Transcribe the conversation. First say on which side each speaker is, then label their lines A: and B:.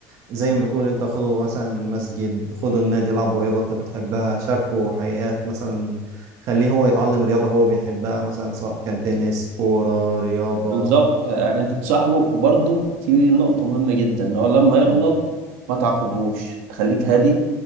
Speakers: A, on the right (about 50°); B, on the right (about 90°).
A: زي ما بتقول انت خدوا مثلا مسجد خدوا النادي لعبوا رياضة انت بتحبها شاركوا حاجات مثلا خليه هو يتعلم رياضة هو بيحبها مثلا سواء كان تنس كورة رياضة
B: بالظبط يعني انت تصاحبه وبرضه في نقطة مهمة جدا ان هو لما يغلط
A: مم.
B: ما تعاقبهوش تخليك هادي